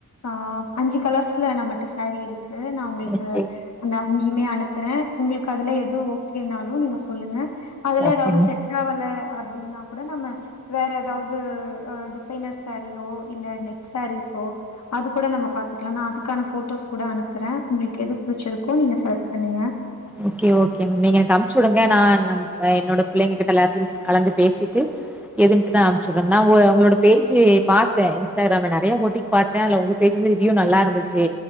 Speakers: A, on the left; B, in the centre.
A: ஆ அஞ்சு கலர்ஸல நம்மட்ட சாரீ இருக்கு நா உங்குள்க்கு
B: ஓகே
A: அந்த அஞ்சுமே அனுப்புறே உங்ளுக்கு அதுல எது ஓகேனாலு நீங்க சொல்லுங்க அதுல
B: ஓகேங்க
A: ஏதாவ்து செட் ஆவல அப் அப்டினாகூட நம்ம வேற எதாவ்து டிசைனர் சாரியோ இல்ல நெட் சாரீஸோ அது கூட நம்ம பாத்துக்கலா நா அதுக்கான போட்டோஸ்கூட அனுப்புறே உங்குளுக்கு எது புடிச்சிருக்கோ நீங்க செலக்ட் பண்ணுங்க
B: ஓகே ஓகே மேம் நீங்க எனக்கு அம்ச்சுடுங்க நான் அ என்னோட பிள்ளைங்ககிட்ட எல்லாத்தையு கலந்து பேசிட்டு எதுன்ட்டு நா அம்ச்சுற்ற நா உங்க உங்களோட பேஜு பாத்தே இன்ஸ்டாக்ராம்ல நறைய போட்டிங் பாத்தே அத்ல உங்க பேஜ் வந்து ரிவ்யூ நல்லா இருந்துச்சு